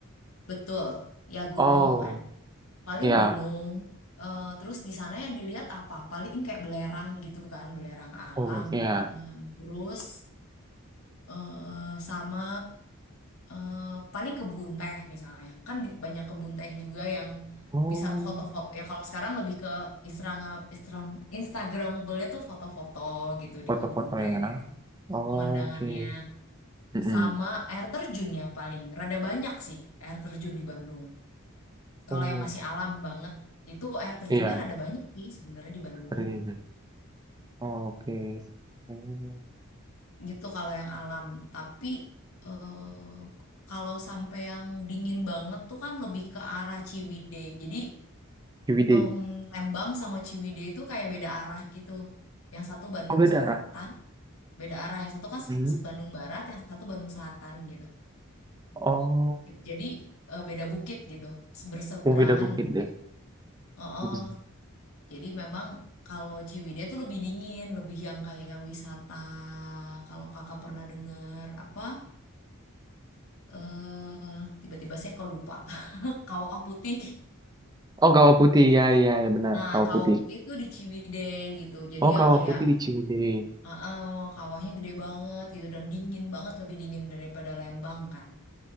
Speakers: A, on the left; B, on the right.
A: betul, ya gunung
B: Oh,
A: kan. paling
B: ya,
A: gunung Eh, terus di sana yang dilihat apa paling kayak belerang gitu kan belerang alam
B: Oh, ya,
A: Eh, terus eh, sama eh, paling kebun teh misalnya kan di- banyak kebun teh juga yang
B: Oh.
A: bisa foto-foto ya kalau sekarang lebih ke Instagram Instagram Instagramable-nya tuh foto-foto gitu
B: Foto-foto
A: di kebun teh
B: ya. Oke.
A: pemandangannya
B: Mm-mm.
A: sama air terjun ya paling rada banyak sih air terjun di Bandung Kalau
B: Oh,
A: yang masih alam banget itu air terjunnya
B: iya,
A: rada banyak sih sebenarnya di Bandung.
B: keren. Oke. Hmm.
A: Gitu kalau yang alam, tapi eh, kalau sampai yang dingin banget tuh kan lebih ke arah Ciwidey. Jadi
B: Ciwidey.
A: em, Lembang sama Ciwidey itu kayak beda arah gitu. Yang satu Bandung
B: Oh, beda
A: Selatan,
B: arah.
A: beda arah. Yang satu kan
B: Mm.
A: s- Bandung Barat, yang satu Bandung Selatan gitu.
B: Oh,
A: Jadi eh, beda bukit gitu, berseberangan
B: oh, beda bukit
A: bukit.
B: deh.
A: Heeh.
B: Mm-mm.
A: Jadi memang kalau Ciwidey itu lebih dingin, lebih yang kayak wisata. Kalau kakak pernah denger apa? Eh, tiba-tiba saya kok lupa. <laughs> Kawah Putih.
B: Oh, Kawah Putih. Ya, ya, ya benar.
A: Nah,
B: Kawah
A: Kawah
B: Putih.
A: Putih itu di Ciwidey gitu. Jadi
B: Oh, Kawah
A: yang kayak
B: Putih di Ciwidey.
A: eh, eh, kawahnya gede banget gitu dan dingin banget, lebih dingin daripada Lembang kan.